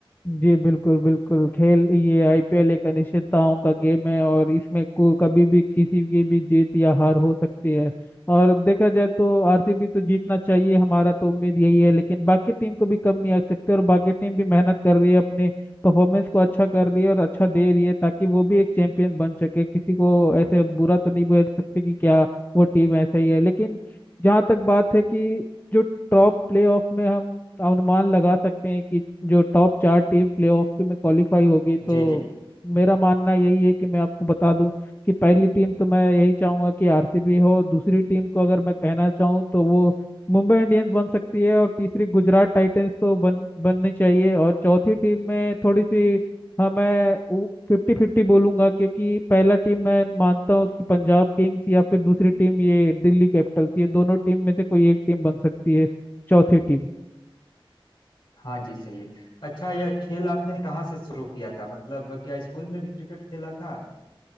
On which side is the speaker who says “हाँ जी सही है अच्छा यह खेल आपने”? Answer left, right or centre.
Left